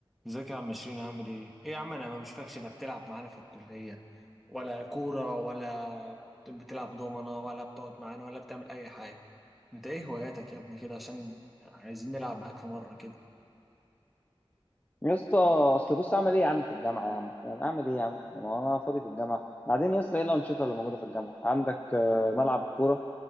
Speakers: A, in the centre; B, on the left.
A: ازيك يا عم شيرين عامل ايه؟ ايه يا عم انا ما بشوفكش لا بتلعب معانا في الكلية ولا كورة ولا بتلعب دومنة ولا بتقعد معانا ولا بتعمل أي حاجة انت ايه هواياتك يا ابني كده عشان عايزين نلعب معاك في مرة كده
B: يا اسطى اصل بص اعمل ايه يا عم في الجامعه يا عم فاهم؟ اعمل ايه يا عم في الجامعه وانا فاضي في الجامعه بعدين يا اسطى ايه الانشطه اللي موجوده في الجامعه عندك آه، ملعب الكوره